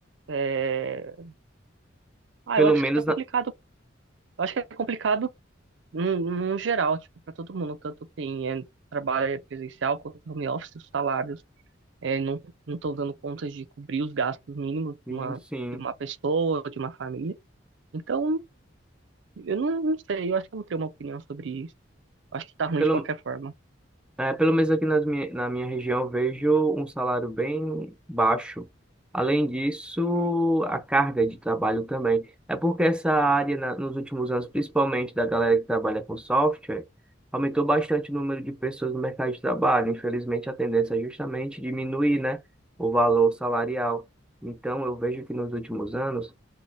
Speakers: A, on the right; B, in the centre.
A: é, ah,
B: Pelo
A: eu acho
B: menos
A: que tá complicado.
B: na...
A: Eu acho que é complicado no no geral, tipo, para todo mundo, tanto quem é, trabalha presencial quanto home office, os salários é, não não estão dando conta de cobrir os gastos mínimos de
B: Sim,
A: uma,
B: sim.
A: de uma pessoa, de uma família. Então, eu não, não sei, eu acho que eu não tenho uma opinião sobre isso. Eu Acho que tá ruim
B: Pelo...
A: de qualquer forma.
B: É, pelo menos aqui nas mi- na minha região eu vejo um salário bem baixo. Além disso, a carga de trabalho também. É porque essa área, na- nos últimos anos, principalmente da galera que trabalha com software, aumentou bastante o número de pessoas no mercado de trabalho. Infelizmente, a tendência é justamente diminuir, né, o valor salarial. Então, eu vejo que nos últimos anos,